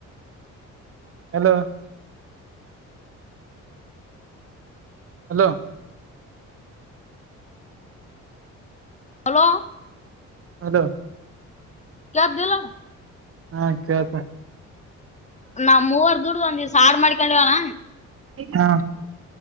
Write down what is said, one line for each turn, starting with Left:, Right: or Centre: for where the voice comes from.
Right: hello hello
Left: hello
Right: hello
Left: ಕೆಳದಿಲ್ಲ್
Right: ಹಾ ಕೇಳ್ತ
Left: ನಾವ್ ಮೂವರ್ ದುಡ್ದ್ ಒಂದು ದಿನ್ ಸಾರ್ ಮಾಡ್ಕೊಂಡವಣ
Right: ಹಾ